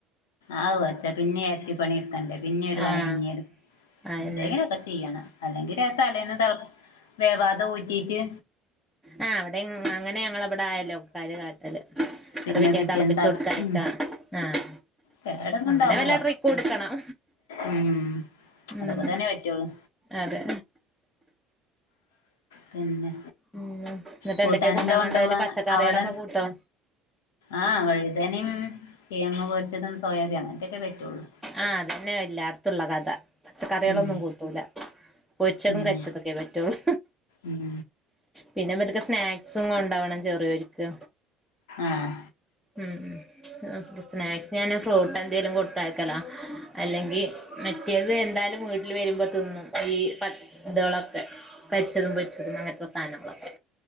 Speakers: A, on the left (about 75°); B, in the centre.
A: ആഹ് വെച്ചാ പിന്നിം എരട്ടിപ്പണി എടുക്കണ്ടേ. പിന്നെ ഒരു പണി
B: ആഹ്
A: പിന്നിം എടു
B: അയന്നെ
A: എന്തെങ്കിലൊക്കെ ചെയ്യണം, അല്ലെങ്കിൽ തലേന്ന് തിള വേവാത ഊറ്റീട്ട്.
B: ആ അവടിം അങ്ങനെ ഞങ്ങളെ വിടെ അയലോക്കക്കാര് കാട്ടല്. ഇന്നട്ട്
A: പിന്നെ
B: പിറ്റേന്ന് തളപ്പിച്ചു
A: ത
B: കൊടുത്തയക്ക
A: ഉം
B: ആഹ്.
A: കേടൊന്നും
B: അങ്ങനെ
A: ഉണ്ടാവൂല
B: വല്ല ട്രിക്കും ഇട്ക്കണം.
A: ഉം
B: ഉം
A: അതൊക്കെ തന്നെ പറ്റുള്ളൂ
B: അതെ
A: പിന്നെ.
B: ഉം ന്നട്ട്
A: കൂട്ടാനെന്താ
B: എന്തൊക്കെ കൂട്ടാൻ
A: കൊണ്ടോവ
B: കൊണ്ടോവല് പച്ചക്കറികളൊക്കെ
A: അവടെ.
B: കൂട്ടോ
A: ആഹ് വഴുതനിം കിഴങ്ങ് പൊരിച്ചതും സോയാബിം അങ്ങൻത്തൊക്കെ പറ്റുള്ളൂ.
B: ആഹ് അതന്നെ എല്ലാട്ത്തുള്ള കഥ പച്ചക്കറിയാളൊന്നും
A: ഉം
B: കൂട്ടൂല. പൊരിച്ചതും
A: ഉം
B: കരിച്ചതൊക്കെ പറ്റൊള്ളൂ.
A: ഉം
B: പിന്നെ ഇവൽക്ക് സ്നാക്സും കൊണ്ടോവണം ചെറിയോര്ക്ക്.
A: ആഹ്.
B: ഉം ഉം. സ്നാക്സ് ഞാൻ ഫ്രൂട്ട് എന്തെലും കൊടുത്തയക്കലാ, അല്ലെങ്കി മറ്റേത് എന്തായാലും വീട്ടിൽ വരുമ്പോ തിന്നും ഈ പ ഇതേളൊക്കെ കരിച്ചതും പൊരിച്ചതും അങ്ങൻത്തെ സാ സാനങ്ങളൊക്കെ